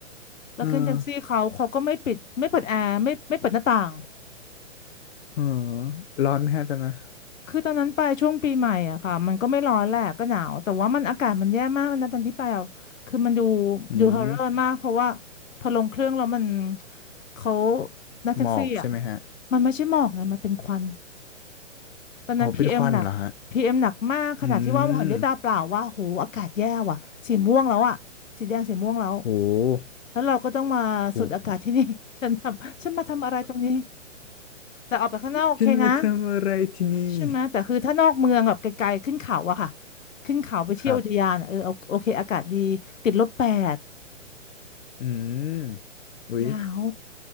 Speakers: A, on the left; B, on the left.
A: แล้วขึ้นแท็กซี่เขาเขาก็ไม่ปิดไม่เปิดแอร์ไม่ไม่เปิดหน้าต่าง
B: เออเออร้อนไหมฮะตอนนั้น
A: คือตอนนั้นไปช่วงปีใหม่อะค่ะมันก็ไม่ร้อนแหละก็หนาวแต่ว่ามันอากาศมันแย่มากเลยนะตอนที่ไปอะคือมันดู
B: อืม
A: ดูฮอร์เรอร์มากเพราะว่าพอลงเครื่องแล้วมันเขานักแท็กซี่อะ
B: หมอกใช่ไหมฮะ
A: มันไม่ใช่หมอกไงมันเป็นควันตอนนั้นพีเอ็มหนักพีเอ็มหนักมากขนาดที่ว่าเห็นด้วยตาเปล่าว่าโหอากาศแย่ว่ะสีม่วงแล้วอะสีแดงสีม่วงแล้ว
B: โหเป็นควันเหรอฮะอืมโห
A: แล้วเราก็ต้องมาสูดอากาศที่นี่
B: โห
A: <laughs> ฉันทำฉันมาทำอะไรตรงนี้แต่ออกไปข้างนอกโอเคนะ
B: ฉันมาทำอะไรที่นี่
A: ใช่ไหมแต่คือถ้านอกเมืองแบบไกลๆขึ้นเขาอะค่ะขึ้นเขาไปเที่ยวอุทยานอะเออเอาโอเคอากาศดีติดลบแปด
B: ครับอืมอุ๊ย
A: หนาว